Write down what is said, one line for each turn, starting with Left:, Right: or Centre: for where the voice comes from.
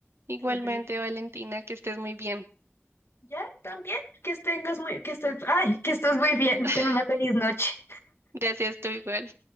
Right: Igualmente,
Left: Siempre me gusta.
Right: Valentina, que estés muy bien.
Left: Ya, también, que tengas muy, que estés, ay, que estés muy bien.
Right: <laughs>
Left: Ten una feliz noche.
Right: Gracias, tú igual.